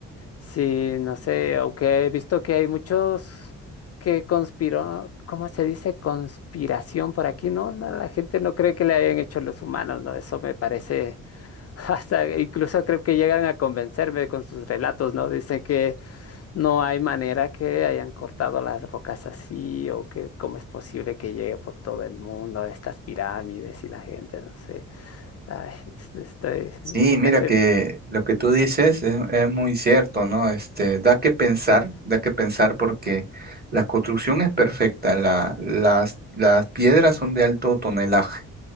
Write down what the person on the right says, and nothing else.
Sí,
mira
que lo que tú dices es, es muy cierto, ¿no? Este, da que pensar, da que pensar porque la construcción es perfecta, la- las, las piedras son de alto tonelaje.